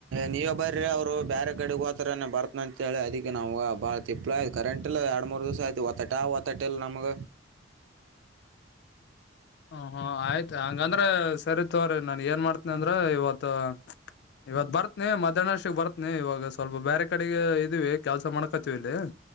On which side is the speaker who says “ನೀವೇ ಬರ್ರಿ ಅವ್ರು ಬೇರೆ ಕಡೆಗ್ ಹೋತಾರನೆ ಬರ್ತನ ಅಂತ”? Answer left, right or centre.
Right